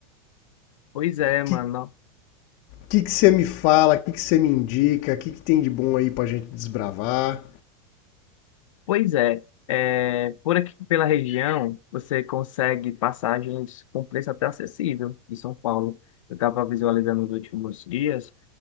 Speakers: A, on the left; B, on the left.
A: Pois é,
B: O
A: mano.
B: Que que que você me fala? O Que que você me indica? O Que que tem de bom aí pra gente desbravar?
A: Pois é. É, por aqui pela região, você consegue passagens com preço até acessível em São Paulo. Eu estava visualizando nos últimos dias